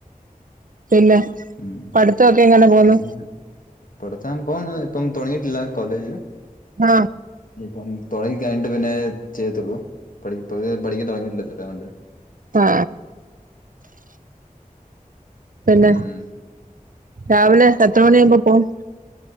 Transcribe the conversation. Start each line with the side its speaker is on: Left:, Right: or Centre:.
Right: പിന്നെ
Left: ഉം
Right: പഠിത്തൊക്കെ എങ്ങനെ പോന്നു
Left: പിന്നെ തൊടച്ചാൻ പോവുന്നത് ഇപ്പം തൊടങ്ങീട്ടില്ല കോളേജ്
Right: ആ
Left: ഇപ്പം തുടങ്ങിക്കഴിഞ്ഞട്ട് പിന്നെ ചെയ്യത്തുള്ളൂ പഠി <unintelligible> പഠിക്കാൻ തുടങ്ങിയിട്ടില്ലെ ഇത് വരെ അതോണ്ട്?
Right: ആ പിന്നെ
Left: ഉം
Right: രാവിലെ എത്ര മണിയാവുമ്പോ പോവും?